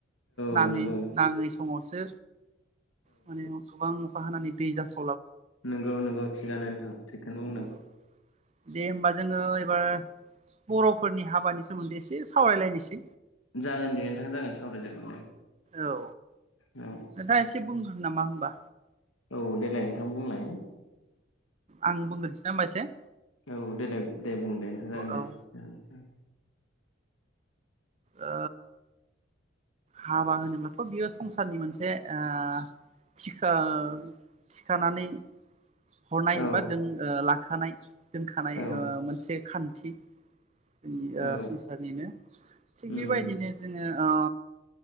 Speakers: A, on the right; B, on the left.
A: नाङै
B: औ नंगौ
A: नाङै समावसो माने गोबां। अखा हानानानै दै जसि
B: नोंगौ नोंगौ थिगानो नोंथां थिगखोनो।
A: बि <unintelligible> दे होमबा जोङो एबार बर'फोरनि हाबानि सोमोन्दै एसे। सावरायलायनोसै
B: जागोन दे नोंथां जागोन। सावराय जागोन दे।
A: औ
B: औ
A: नोंथा एसे बुंख नामा होमबा
B: औ देलाय नोंथां बुंलाय
A: आं बुंग्रोनसै ना होमबा इसे
B: औ देलाय दे बुं दे नोंथां जागोन दे
A: औ ओ ओ हाबा होनोब्लाथ' बियो संसारनि मोनसे ओ थिखा थिखानानै हरनाय
B: औ
A: बा दोन ओ ला थानाय दोनखानाय
B: औ
A: ओ मोनसे खान्थि जोंनि आ
B: औ
A: संसारनिनो थिग
B: उम
A: बेबायदिनो जोङो ओ